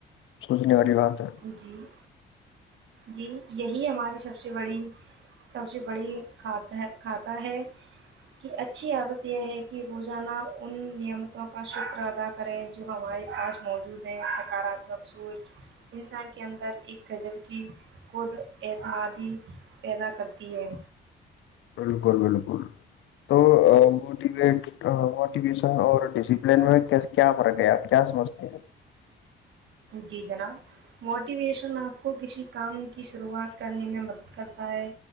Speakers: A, on the left (about 80°); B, on the right (about 70°).
A: سوچنے والی بات ہے
B: جی جی یہی ہماری سب سے بڑی سب سے بڑی ک کھاتہ ہے کہ اچھی عادت یہ ہے کہ روزانہ ان نیمتوں کا شکر ادا کریں جو ہمارے پاس موجود ہے سکاراتمک سوچ انسان کے اندر ایک غزل کی خود اعتمادی پیدا کرتی ہے
A: بلکل بلکل تو موٹیویٹ موٹیویشن اور ڈسپلن میں کیا فرق ہے آپ کیا سمجھتے ہیں
B: جی جناب موٹیویشن آپ کو کسی کام کی شروعات کرنے میں مدد کرتا ہے